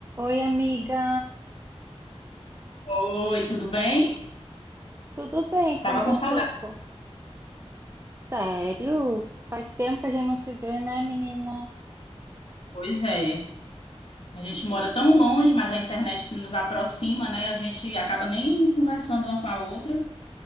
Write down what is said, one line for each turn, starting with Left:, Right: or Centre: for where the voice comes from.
Right: Oi, amiga.
Left: Oi, tudo bem?
Right: Tudo bem com
Left: Tava
Right: você?
Left: com saudade.
Right: co- Sério? Faz tempo que a gente não se vê, né, menina?
Left: Pois é. A gente mora tão longe, mas a internet nos aproxima, né? A gente acaba nem conversando uma com a outra.